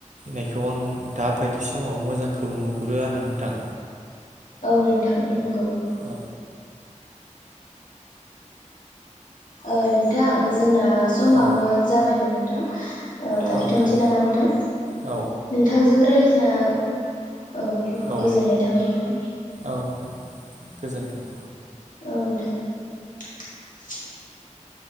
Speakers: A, on the right; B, on the left.
A: नायखौ आं दाबायदि समाव मोजांखौ नुहुरो आरो नोंथां।
B: औ नोंथां नंगौ।
A: औ
B: ओ नोंथां जोंना समाबो
A: औ
B: जाबायमोन नों नोंथां <inaudible> ओ लाखिथ'नोसै
A: औ नोंथां
B: नामा नोंथां
A: औ
B: नोंथांजों रायलाजना औ
A: औ
B: गोजोननाय थाबाय नोंथां।
A: औ नोंथां गोजोन्थों।
B: औ नोंथां दे <inaudible>